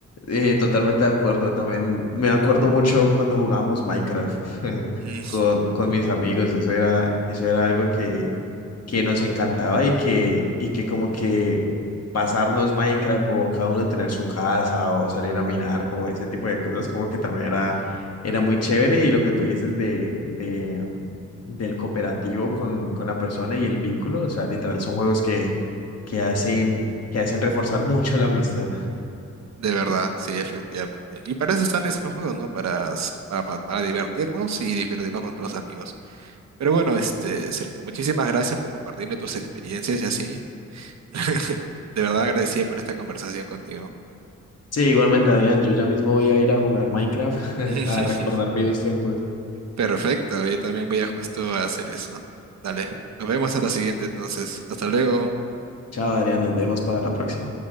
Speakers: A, on the left; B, on the right.
A: Eh, totalmente de acuerdo. También me acuerdo mucho cuando jugábamos Minecraft <laughs>
B: <laughs>
A: con, con mis amigos. Eso era, eso era algo que, que nos encantaba y que, y que como que pasarnos Minecraft o cada uno tener su casa o salir a minar, como ese tipo de cosas, como que también era, era muy chévere. Y lo que tú dices de, de, del cooperativo con, con la persona y el vínculo, o sea, literal son juegos que, que hacen, que hacen reforzar <laughs> mucho la amistad.
B: De verdad, sí, efectivamente. Y para eso están esos juegos, ¿no? Para, s- para, pa- para divertirnos y divertirnos con otros amigos. Pero bueno, este, Sergio, muchísimas gracias por compartirme tus experiencias y así. <laughs> De verdad agradecido por esta conversación contigo.
A: Sí, igualmente, Adrián, yo ya mismo voy a ir a jugar Minecraft, <laughs>
B: <laughs>
A: a recordar viejos tiempos.
B: Perfecto, yo también voy a justo a hacer eso. Dale, nos vemos a la siguiente entonces. Hasta luego.
A: Chao, Adrián, nos vemos para la próxima.